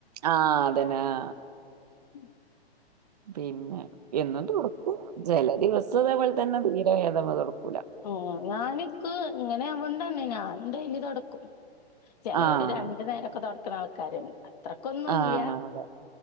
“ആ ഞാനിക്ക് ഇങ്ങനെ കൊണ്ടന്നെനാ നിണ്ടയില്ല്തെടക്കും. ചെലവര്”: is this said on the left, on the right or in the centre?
Left